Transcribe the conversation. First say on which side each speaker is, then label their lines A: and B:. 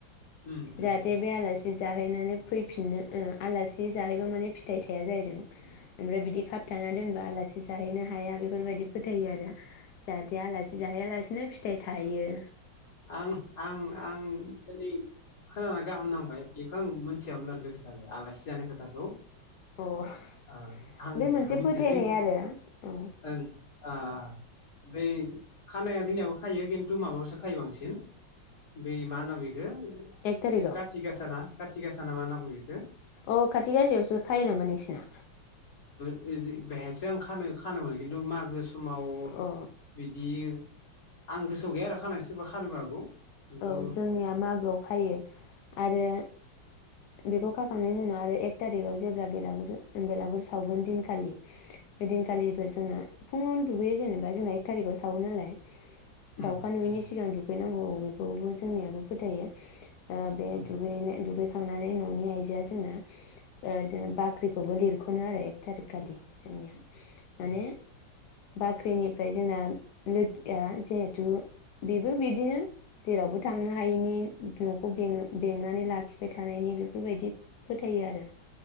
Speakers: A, on the left; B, on the left.
A: उम
B: जाहाथे
A: उम
B: बे आलासि जाहैनानै फैफिननो आलासि जाहैबा माने फिथाइ थाया जाहैदों ओमफ्राय बिदि खाबथाना दोनबा आलासि जाहैनो हाया बेफोरबायदि फोथायो आरो। जाहाथे आलासि जाहैयालासिनो फिथाइ थाहैयो।
A: आं-आं आं दिनै खोनानानै गाहाम नांबाय। एखो मोनसियामोन आरो बे खोथाखो। आलासि जानाय खोथाखौ ओ
B: औ अ
A: आं
B: बे मोनसे
A: बेखौ मिथिया
B: फोथायनाय
A: जोंनिथिं
B: आरो औ
A: ओं आ आ। ओमफ्राय खानाया जोंनियाबो खायो खिन्थु माबायावसो। खायो बांसिन बै मा होनना
B: एक थारिखआव
A: <unintelligible> खाथि गासा ना खाथि गासा <unintelligible> मा होनना बुङो बिखौ?
B: अ खाथि गासायावसो खायो नामा नोंसिना?
A: ओ जों बेहायसो आं खानो खानोमोन खिन्थु मागो स समाव
B: अ
A: बिदि आं गोसोआव गैया खानायसो सोरबा खानोबो हागौ। खिन्थु
B: औ जोंनिया मागोआव खायो आरो बेखौ खाखांनायनि उनाव आरो एक थारिखाव जेब्ला बेलागुर बेलागुर सावगोन दिनखालि बे दिनखालिबो जोंना फुङावनो दुगैयो जेनेबा जोंना एक थारिखाव सावो नालाय।
A: उम
B: दाउखा नुयैनि
A: उम
B: सिगां दुगैनांगौ। खौबो जोंनियाबो फोथायो। ओ बे
A: उम
B: दुगैनो <unintelligible> थांनानै ननि आइजोआ जोंना ओ जों बाख्रिखौबो लिरखनो आरो एक थारिक खालि जोंनिया। माने
A: उम
B: बाख्रिनिफ्राय जोंङो लोखिया जिहेथु बेबो बिदिनो। जेरावबो थांनो हायैनि नखौ बेंनानै लाखिबाय थानायनि बेफोरबायदि फोथायो आरो।